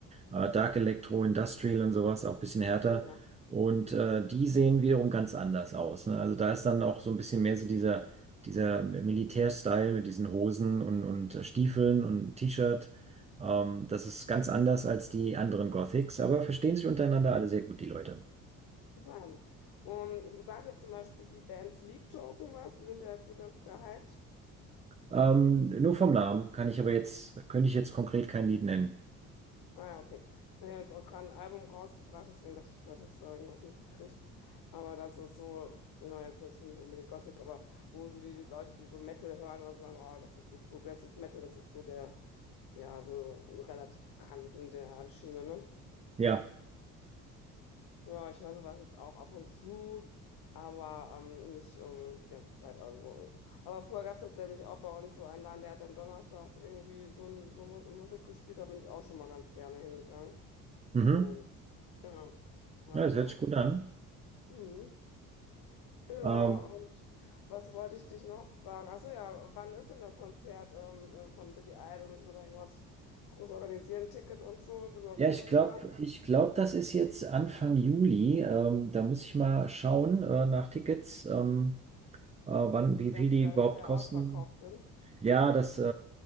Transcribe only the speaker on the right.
Äh, Dark Electro, Industrial und sowas, auch ein bisschen härter.
Und äh, die sehen wiederum ganz anders aus. Ne? Also da ist dann auch so ein bisschen mehr so dieser dieser Militärstyle mit diesen Hosen und, und äh, Stiefeln und T-Shirt. Ähm, das ist ganz anders als die anderen Gothics, aber verstehen sich untereinander alle sehr gut, die Leute.
Ähm, nur vom Namen kann ich aber jetzt, könnte ich jetzt konkret kein Lied nennen.
Ja,
mhm.
Ja, das hört sich gut an.
Ähm,
ja, ich
glaube,
ich glaube, das ist jetzt Anfang Juli. Ähm, da muss ich mal schauen, äh, nach Tickets, ähm, äh, wann,
wie viel
die
überhaupt
kosten.
Ja, das äh,